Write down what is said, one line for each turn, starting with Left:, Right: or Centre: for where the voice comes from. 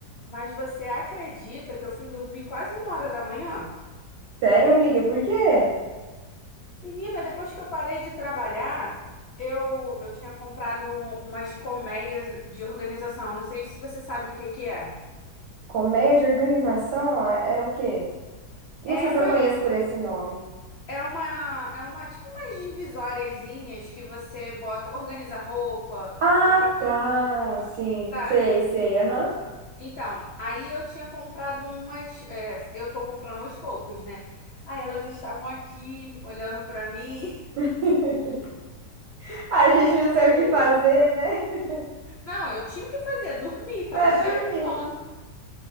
Left: Mas você acredita que eu fui dormir quase uma hora da manhã?
Right: Sério, amiga, por quê?
Left: Menina, depois que eu parei de trabalhar, eu, eu tinha comprado um- umas colmeias de organização. Não sei se você sabe o que que é.
Right: Colmeia de organização é, é o quê? Não
Left: É
Right: sei
Left: uma
Right: se eu conheço por esse nome.
Left: é uma, é uma, tipo umas divisóriazinhas que você bota, organiza roupa,
Right: Ah,
Left: roupa
Right: tá.
Left: íntima,
Right: Sim,
Left: sabe?
Right: sei, sei. Aham.
Left: Então, aí eu tinha comprado umas, é, eu tô comprando aos poucos, né? Aí elas estavam aqui olhando pra mim.
Right: <laughs>
Left: Aí
Right: A
Left: comecei.
Right: gente não sabe o que fazer, né? <laughs>
Left: Não, eu tinha o que fazer, dormir, tava
Right: Dá
Left: cheia
Right: dormir.
Left: de sono.